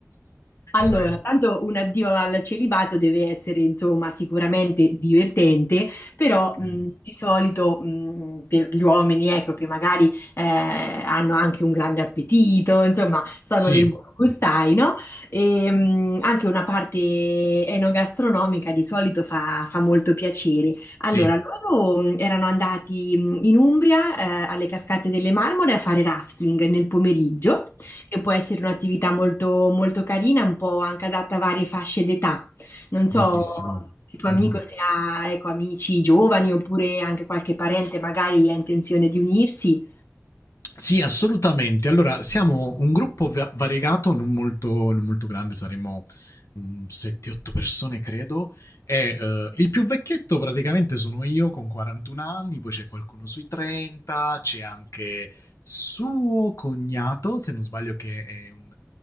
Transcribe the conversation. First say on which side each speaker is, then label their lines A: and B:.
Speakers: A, on the left (about 50°); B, on the left (about 80°).
A: Allora,
B: Vai.
A: tanto un addio al celibato deve essere, insomma, sicuramente divertente, però mh,
B: Okay.
A: di solito mh, per gli uomini, ecco, che magari eh, hanno anche un grande appetito, insomma, sono
B: Sì,
A: dei buoni gustai, no? E, mh, anche una parte enogastronomica di solito fa, fa molto piacere. Allora,
B: sì,
A: loro mh, erano andati mh, in Umbria, eh, alle Cascate delle Marmore a fare rafting nel pomeriggio che può essere un'attività molto, molto carina, un po' anche adatta a varie fasce d'età. Non so
B: bellissimo.
A: il tuo amico
B: Mm-hmm.
A: se ha, ecco, amici giovani oppure anche qualche parente magari ha intenzione di unirsi.
B: Sì, assolutamente. Allora, siamo un gruppo va- variegato, non molto, non molto grande, saremmo un 7-8 persone, credo. E, eh, il più vecchietto praticamente sono io con 41 anni, poi c'è qualcuno sui 30, c'è anche suo cognato, se non sbaglio, che è un